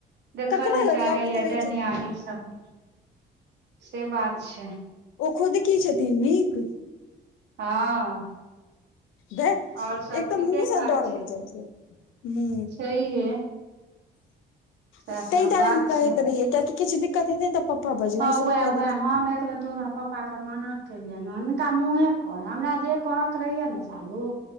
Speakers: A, on the right; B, on the left.
A: देखऽ
B: ककरा
A: ने
B: लरियाबैत
A: चाहैय
B: रहै
A: डाइनयाही
B: छै
A: सब से बात छै
B: ओ खुद की छथिन नीक
A: हँ
B: भ
A: आओर सब
B: एक तऽ
A: ठीके
B: मुह सा
A: ठाक
B: डर भ जाइ छै हु
A: छैहे सएह
B: ता
A: सब
B: दुआरे
A: बात
B: हम कहैत
A: छै
B: रहियै कियकि किछु द दिक्कत हेतै तऽ पप्पा भजनाइ
A: हँ उएह
B: शुरू कऽ
A: उएह
B: देतिन
A: हम एक बेर तोरा पप्पा के मना केलियनि हुनका मुँहे कर हमरा जे कहके रहैया ने सालू